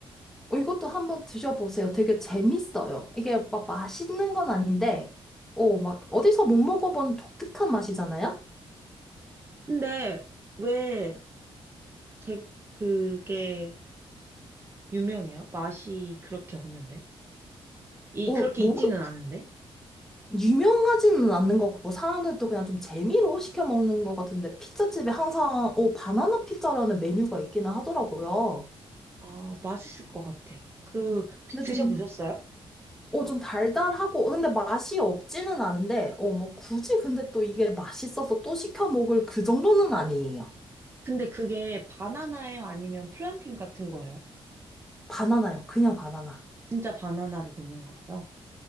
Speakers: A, in the centre; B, on the right.
A: 어, 이것도 한번 드셔보세요. 되게 재밌어요. 이게 막 맛있는 건 아닌데, 어, 막 어디서 못 먹어보는 독특한 맛이잖아요?
B: 근데 왜 제, 그게 유명해요? 맛이 그렇게 없는데? 이,
A: 어,
B: 그렇게
A: 뭐,
B: 있지는 않은데?
A: 유명하지는 않는 것 같고, 사람들도 그냥 좀 재미로 시켜 먹는 것 같은데, 피자집에 항상, 어, 바나나 피자라는 메뉴가 있기는 하더라고요.
B: 아, 맛있을 것 같아요. 그, 혹시
A: 근데
B: 드셔보셨어요?
A: 좀 어, 좀 달달하고, 어, 근데 맛이 없지는 않은데, 어, 뭐, 굳이 근데 또 이게 맛있어서 또 시켜 먹을 그 정도는 아니에요.
B: 근데 그게 바나나예요? 아니면 플란팅 같은 거예요?
A: 바나나요. 그냥 바나나.
B: 진짜 바나나를 넣는 거예요?